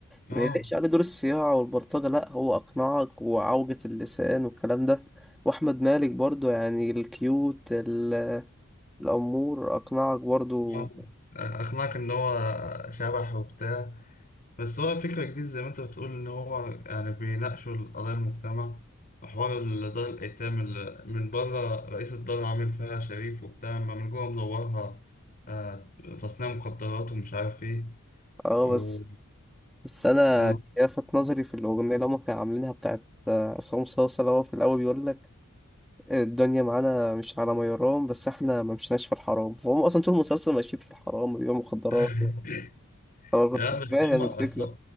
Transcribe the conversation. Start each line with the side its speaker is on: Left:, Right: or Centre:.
Left: آه
Centre: ما يليقش عليه دور الصياعه والبلطجه لا هو اقنعك وعوجة اللسان والكلام ده واحمد مالك برضو يعني الكيوت ال- الامور اقنعك برضو
Left: آه. أقنعك إن هو شبح وبتاع بس هو فكرة جديدة زي ما انت بتقول ان هو يعني بيناقشوا القضايا المجتمع وحوار ال- دار الايتام اللي من بره رئيس الدار عامل فيها شريف وبتاع اما من جوه منورها آه، تصنيع مخدرات ومش عارف ايه
Centre: اه
Left: و...
Centre: بس بس انا
Left: اه
Centre: لفت نظري في الاغنيه اللي هم كانوا عاملينها بتاعت آه، عصام صاصا اللي هو في الاول بيقول لك الدنيا معانا مش على ما يرام بس احنا ما مشيناش في الحرام فهم اصلا طول المسلسل ماشيين في الحرام بيبيعوا مخدرات
Left: <laughs>
Centre: هو كنت
Left: لا بس
Centre: فاهم
Left: هم
Centre: الفكرة
Left: بس